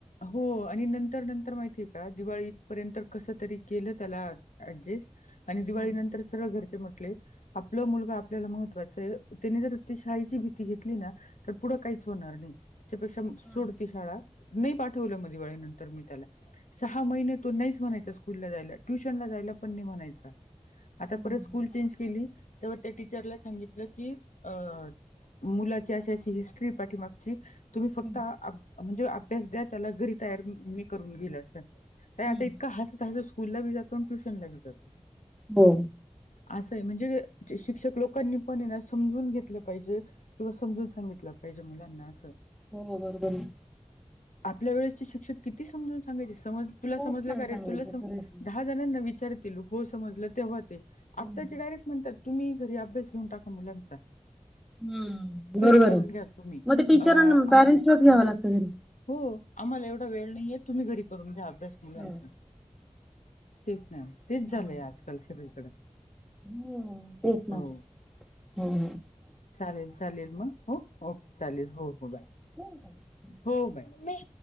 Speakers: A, on the left; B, in the centre.
A: हो आणि नंतर नंतर माहितीय का दिवाळी पर्यंत कस तरी केलं त्याला ऍडजेस्ट, आणि दिवाळी
B: हम्म
A: नंतर सरळ घरचे म्हटले आपलं मुलग आपल्याला महत्त्वाच त्यांनी जर ती शाळेची भीती घेतली ना पुढं काहीच होणार नाही त्याच्या पेक्षा सोड
B: हम्म
A: ती शाळा, नाही पाठवलं मग दिवाळी नंतर मी त्याला, सहा महिने तो नहीच म्हणायचा स्कूलला जायला, ट्युशन ला जायला पण नाही म्हणायचा. आता
B: हम्म.
A: परत स्कूल चेंज केली, तेव्हा त्या टीचरला सांगितलं की अ मुला अशी अशी हिस्ट्री ये पाठीमागची, तुम्ही फक्त
B: हम्म.
A: आ म्हणजे अभ्यास द्या त्याला घरी तयार मी करून घेईल अस, ताई आता
B: हम्म.
A: इतका हसत हसत स्कूलला बी जातो आणि ट्युशन ला बी जातो.
B: हो.
A: आस ये, म्हणजे शिक्षक लोकांनी पण हेना समजून घेतलं पाहिजे किंवा समजून सांगितलं पाहिजे मुलांना असं.
B: हो बरोबर बरोबर.
A: आपल्या वेळेसचे शिक्षक किती समजून सांगायचे समज तुला
B: खूप
A: समजलं
B: छान
A: का
B: सांगायचं
A: रे तुल
B: खरंच
A: सम
B: आहे.
A: दहा जणांना विचार तील हो समजलं तेव्हा ते
B: हम्म
A: आत्ता चे डायरेक्ट म्हणतात तुम्ही घरी अभ्यास घेऊन टाका मुलांचा.
B: हम्
A: घरी
B: बरोबर
A: करून
B: ये,
A: घ्या तुम्ही
B: मग ते टीचरांना
A: अ आम
B: पॅरेंसलाच घ्याव लागत घरी.
A: हो आम्हाला एवढा वेळ नाहीये तुम्ही घरी करून घ्या अभ्यास मुलांचा.
B: हम्म
A: तेच ना,
B: हम्म.
A: तेच झालंय आजकाल सगळीकड
B: बरोबर आहे. हम्म.
A: हो.
B: तेच ना हो हो
A: चालेल चालेल म हो ओके चालेल हो हो बाय.
B: <inaudible>
A: हो बाय.